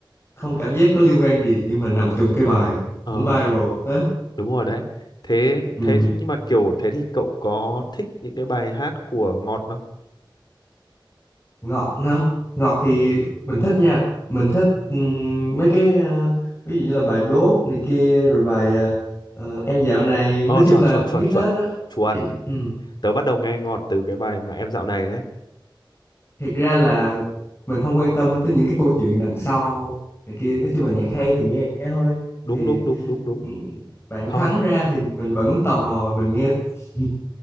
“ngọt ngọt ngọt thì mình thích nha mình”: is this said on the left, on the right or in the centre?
Left